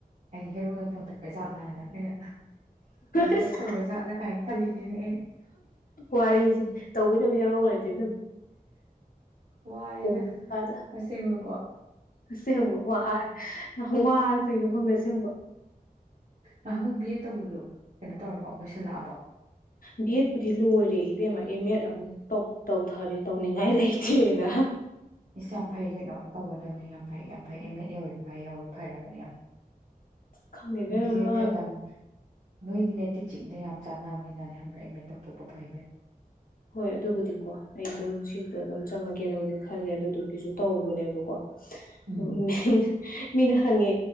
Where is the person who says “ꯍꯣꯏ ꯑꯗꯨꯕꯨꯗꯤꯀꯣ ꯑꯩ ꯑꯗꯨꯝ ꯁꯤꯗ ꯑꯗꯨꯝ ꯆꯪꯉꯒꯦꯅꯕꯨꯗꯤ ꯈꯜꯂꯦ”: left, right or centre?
Left